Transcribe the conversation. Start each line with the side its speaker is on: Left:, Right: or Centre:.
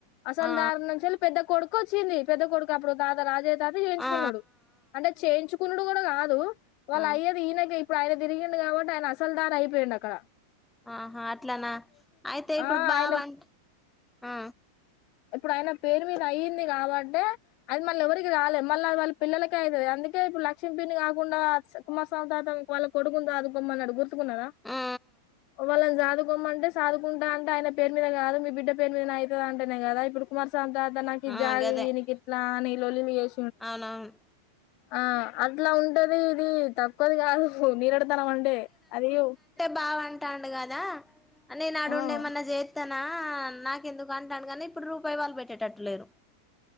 Left: అసలు
Centre: ఆ ఆ
Left: దారునున్చల్ పెద్ద కొడుక్ కొచ్చింది పెద్ద కొడుకు అప్పుడు తాత రాజే తాతే జేయించుకున్నాడు
Centre: ఆ ఆ
Left: అంటే చేయించు కునుడు కూడా కాదు వాళ్ళ
Centre: ఆ
Left: అయ్యది ఈనగి ఇప్పుడాయన తిరిగిండు కాబట్టి ఆయన అసలుదారి ఐ వెనాక్కడ
Centre: ఆహా అట్లానా అయితే ఇప్పుడు
Left: ఆ
Centre: బావంట్
Left: ఆయన
Centre: ఆ
Left: ఇప్పుడు ఆయన పేరు మీద అయ్యింది కాబట్టే అది మళ్ళీ ఎవరికి రాలేదు మళ్ళా వాళ్ళ పిల్లలకే అయితది అందుకే ఇప్పుడు లక్ష్యం పిన్ని కాకుండా కుమారస్వామి తాత వాళ్ళ కొడుకును సాధు పోమ్మన్నాడు గుర్తుకున్నాడా
Centre: ఆ
Left: వాళ్ళని సాదుకోమంటే సాదుకుంటా అంటే ఆయన పేరు మీద కాదు మీ బిడ్డ పేరు మీద ఐతాది అంటేనే కాదా ఇప్పుడు కుమార్ దాని తర్వాత నాకు ఈ
Centre: ఆ
Left: జాగ
Centre: గదే
Left: ఇయి నీకిట్లా అని లోలిమి చే
Centre: అవునవును
Left: ఆ అట్లా ఉంటాది ఇది తక్కువది కాదు నిరేడతనం అంటే అదయో
Centre: బావ అంటానుడు కదా అనే నాడుండే
Left: ఆ
Centre: ఏమన్నా చేతా నా నాకేందుకు అంటాండు కానీ ఇప్పుడు రూపాయి వాళ్ళు పెట్టేటట్టు లేరు